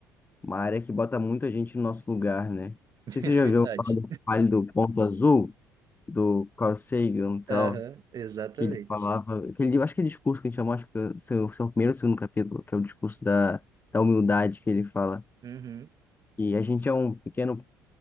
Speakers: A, on the left (about 20°); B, on the right (about 45°).
A: Uma área que bota muita gente no nosso lugar, né? Não
B: <laughs>
A: sei se
B: É verdade.
A: você já ouviu falar do Vale do Ponto Azul, do Carl Sagan e tal,
B: Aham, exatamente.
A: que ele falava, que ele, eu acho que é discurso que a gente chama, acho que é o seu, seu primeiro ou segundo capítulo, que é o discurso da, da humildade que ele fala.
B: Uhum,
A: E a gente é um pequeno,